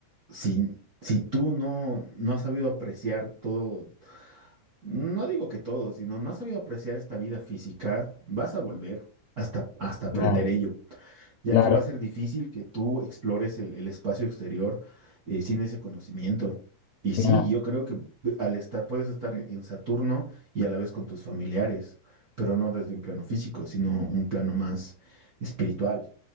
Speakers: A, on the right; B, on the left.
A: Si, si tú no, no has sabido apreciar todo, no digo que todo, sino no has sabido apreciar esta vida física, vas a volver hasta, hasta aprender
B: Claro,
A: ello, ya
B: claro,
A: que va a ser difícil que tú explores el, el espacio exterior eh, sin ese conocimiento. Y sí,
B: claro.
A: yo creo que eh, al estar, puedes estar en en Saturno y a la vez con tus familiares, pero no desde un plano físico, sino un plano más espiritual.